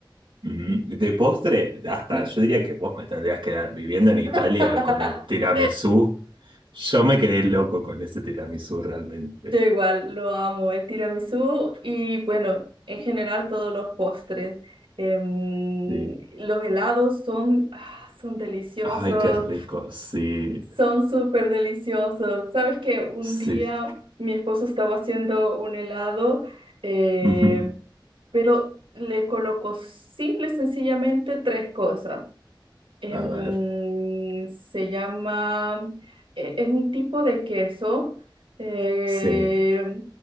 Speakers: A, on the right; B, on the right.
A: Mm, De postre, hasta
B: Sí.
A: yo diría que vos me tendrías que dar viviendo en Italia
B: <laughs>
A: con el tiramisú. Yo me quedé loco con ese tiramisú realmente.
B: Yo igual lo amo, el tiramisú y bueno, en general todos los postres. Em,
A: Sí.
B: los helados son, ah, son deliciosos,
A: Ay, qué rico. Sí.
B: Son súper deliciosos. Sabes que un
A: Sí.
B: día mi esposo estaba haciendo un helado, eh,
A: Ujú.
B: pero le colocó simple y sencillamente tres cosas. Em,
A: A ver.
B: se llama, e- es un tipo de queso eh,
A: Sí.